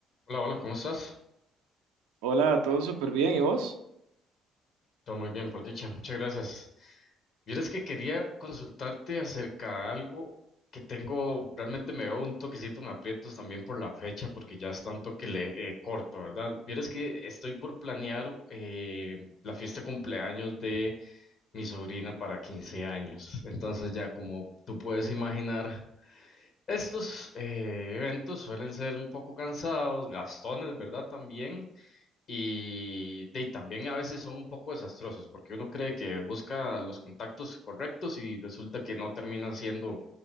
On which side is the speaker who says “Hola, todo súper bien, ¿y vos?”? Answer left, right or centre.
Right